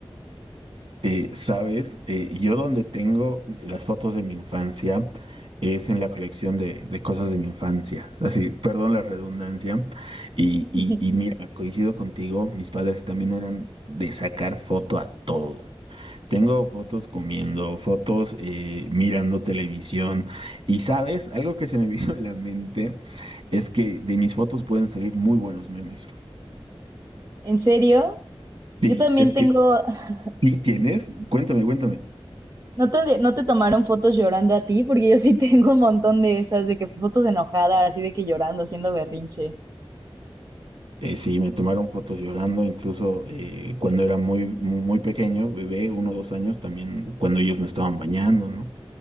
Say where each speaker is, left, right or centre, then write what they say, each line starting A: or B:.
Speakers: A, on the right; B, on the right.
A: Eh, sabes, Eh, yo donde tengo las fotos de mi infancia es en la colección de, de cosas de mi infancia. Así, perdón la redundancia. Y, y,
B: <laughs>
A: y mira, coincido contigo, mis padres también eran de sacar foto a todo. Tengo fotos comiendo, fotos eh, mirando televisión. Y sabes, algo que se me <laughs> vino a la mente es que de mis fotos pueden salir muy buenos memes.
B: ¿En serio?
A: Sí,
B: Yo también
A: es que
B: tengo, <laughs>
A: ¿Y tienes? Cuéntame, cuéntame.
B: ¿no te, no te tomaron fotos llorando a ti? Porque yo sí <laughs> tengo un montón de esas, de que fotos enojadas, así de que llorando, haciendo berrinche.
A: Eh, sí, me tomaron fotos llorando, incluso eh, cuando era muy, muy, muy pequeño, bebé, uno o dos años, también cuando ellos me estaban bañando, ¿no?